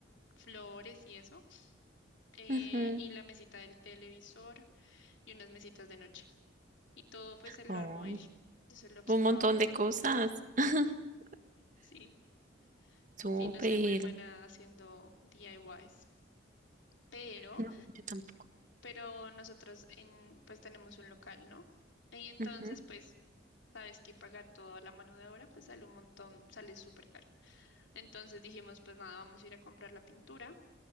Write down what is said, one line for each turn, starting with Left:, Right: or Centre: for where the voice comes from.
Left: flores y eso, eh,
Right: Ujú.
Left: y la mesita del televisor y unas mesitas de noche. Y todo pues él
Right: Coño,
Left: lo armó él. Yo solo observaba.
Right: un montón de cosas. <laughs>
Left: Sí,
Right: Súper.
Left: sí, no soy muy buena haciendo DIYs. Pero,
Right: No, yo tampoco.
Left: pero nosotros en, pues tenemos un local, ¿no? Y entonces
Right: Ujú.
Left: pues sabes que pagar toda la mano de obra pues sale un montón, sale súper caro. Entonces dijimos pues nada, vamos a ir a comprar la pintura.